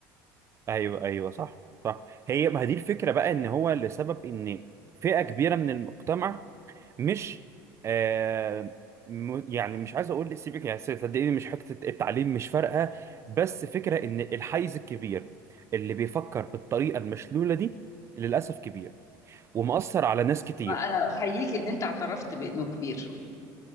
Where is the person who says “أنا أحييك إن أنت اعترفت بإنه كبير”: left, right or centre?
Left